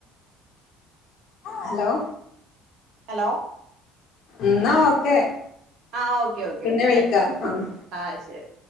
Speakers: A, on the left; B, on the right.
A: ഹലോ
B: ഹലോ
A: എന്നാ ഓക്കെ
B: ആഹ ഓക്കെ ഓക്കെ
A: പിന്നെ
B: ഓക്കെ
A: വിളിക്കാം
B: താങ്ക് യു
A: ആഹ്
B: ആ ശരി